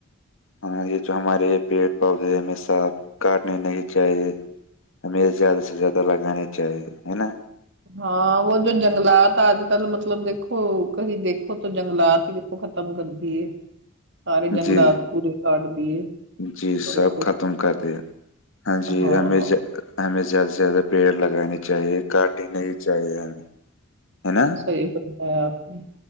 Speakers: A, on the left; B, on the right.
A: ہاں یہ جو ہمارے یہ پیڑ پودے ہیںشاف کاٹنے نہیں چاہیے ہمیںے زیادہ سے زیادہ لگانانی چاہیے ہے نا
B: ہاں وہ جو جنگلات آج کل مطلب دیکھو کہیں دیکھو تو جنگلات ہی کو ختم کر دیے سارے جنگلات
A: جی
B: پورے کاٹ دیے
A: جی
B: تو
A: سب ختم کر دیا ہاں جی
B: ہاں
A: ہمیں ج ہمیں زیادہ سے زیادہ پیڑ لگانے چاہیے کاٹنے ہی چاہیے ہمیں ہے نا
B: صحیح کرنایا آپ نے